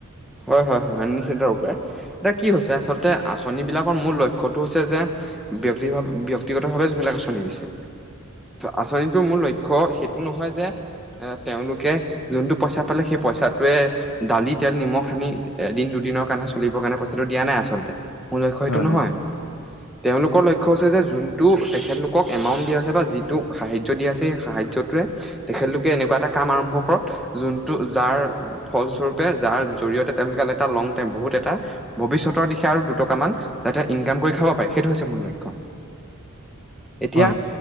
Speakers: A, in the centre; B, on the left.
A: হয় হয় হয় হয় নিশ্চিতৰূপে এতিয়া কি হৈছে আচলতে আচন বিলাকৰ মূল লক্ষ্যটো হৈছে যে ব্যক্তিভাৱ ব্যক্তিগত ভাৱে যিবিলাক আঁচনি গৈছে। আঁচনিটো মূল লক্ষ্য সেইটো নহয় যে এ তেওঁলোকে যোনটো পইচা পালে সেই পইচা টোৱে দালি তেল নিমখ। খানি এদিন দুদিনৰ কাৰণে চলিবৰ কাৰণে পইচাটো দিয়া নাই আচলতে। মোৰ লক্ষ্য সেইটো
B: হয়
A: নহয়
B: হয়
A: তেওঁলোকৰ লক্ষ্য হৈছে যে যোনটো তেখেতলোকক এমাউণ্ট দিয়া আছে বা যিটোক সাহায্য দিয়া আছে সেই সাহায্যটোৱে তেখেতলোকে এনেকুৱ এনেকুৱা এটা কাম আৰম্ভ কৰক যোনটো যাৰ ফলস্বৰূপে যাৰ জৰিয়তে এটা লং টাইম বহুত এটা ভৱিষ্যতৰ দিশে আৰু দুটকা মান যাতে ইনকাম কৰি খাব পাৰে সেই সেইটো হৈছে মূল লক্ষ্য
B: <inaudible>
A: এতিয়া,
B: হয়